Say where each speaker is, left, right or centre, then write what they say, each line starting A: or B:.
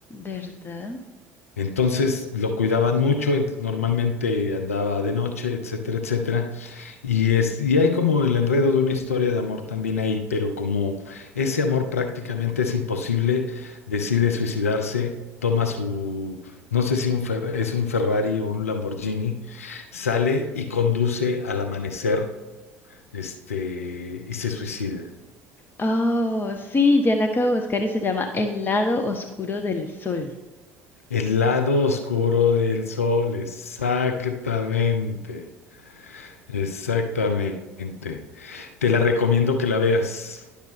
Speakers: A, on the left; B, on the left.
A: ¿verdad?
B: Entonces lo cuidaban mucho, en- normalmente andaba de noche, etcétera, etcétera. Y, es, y hay como el enredo de una historia de amor también ahí, pero como ese amor prácticamente es imposible, decide suicidarse, toma su, no sé si un Fer- es un Ferrari o un Lamborghini, sale y conduce al amanecer, este, y se suicida.
A: Oh, sí, ya la acabo de buscar y se llama El lado oscuro del sol.
B: El lado oscuro del sol, exactamente, exactamente. Te la recomiendo que la veas,